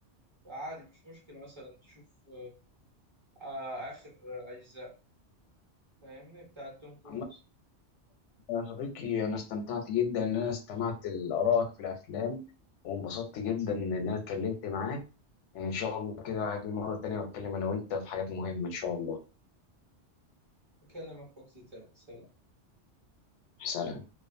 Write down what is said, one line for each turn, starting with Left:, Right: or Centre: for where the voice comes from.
Right: فعادي مش مشكله مثلا تشوف آه، اخر اجزاء فاهمني بتاعت توم كروز
Left: عم يا صديقي أنا استمتعت جدا إن أنا استمعت لآرائك في الأفلام وانبسطت جدا إن أنا اتكلمت معاك إن شاء الله كده هاجي مرة تانية وأتكلم أنا وأنت في حاجات مهمة إن شاء الله
Right: أكلمك وقت تاني سلام
Left: سلام